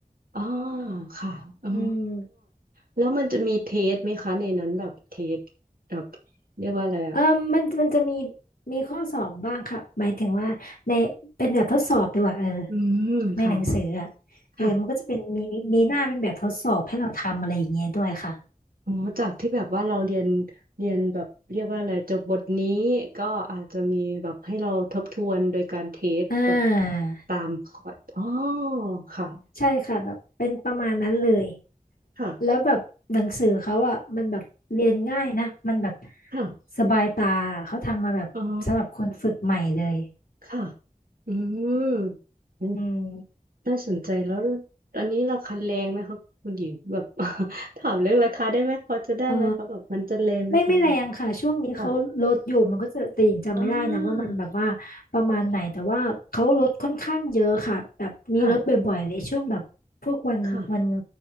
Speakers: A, on the right; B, on the left.
A: อ๋อค่ะอ๋อ
B: อืม
A: แล้วมันจะมีเทสไหมคะในนั้นแบบเทสแบบเรียกว่าอะไรอ่ะ
B: เออมันมันจะมีมีข้อสอบบ้างค่ะหมายถึงว่าในเป็นแบบทดสอบดีกว่าเออ
A: อืมค่
B: ในหนังสืออ่ะเออมันก็จะเป็นมีมีหน้าเป็นแบบทดสอบให้เราทำอะไรอย่างเงี้ยด้วยค่ะ
A: ะ อ๋อจากที่แบบว่าเราเรียนเรียนแบบเรียกว่าอะไรจบบทนี้ก็อาจจะมีแบบให้เราทบทวนโดยการเทสแบบ
B: อ่า
A: ตามคอร์สอ๋อค่ะ
B: ใช่ค่ะแบบเป็นประมาณนั้นเลย
A: ค่ะ
B: แล้วแบบหนังสือเขาอ่ะมันแบบเรียนง่ายนะมันแบบ
A: ค่ะ
B: สบายตาเขาทำมาแบบสำหรับคนฝึกใหม่เลย
A: อ๋อค่ะอืมอืม
B: อืม
A: น่าสนใจแล้วตอนนี้ราคาแรงไหมครับคุณหญิงแบบ <laughs> ถามเรื่องราคาได้ไหมพอจะได้ไหมคะแบบมันจะแรงไหมคะอะไรอย่างเงี้ย
B: อ๋อไม่ไม่แรงค่ะช่วงนี้เขาลดอยู่มันก็จะแต่หญิงจำไม่ได้นะว่ามันแบบว่าประมาณไหนแต่ว่าเขาลดค่อนข้างเยอะค่ะแบบมีลดบ่อยๆเลยช่วงแบบพวกวันวัน
A: ค่ะอ่าค่ะค่ะ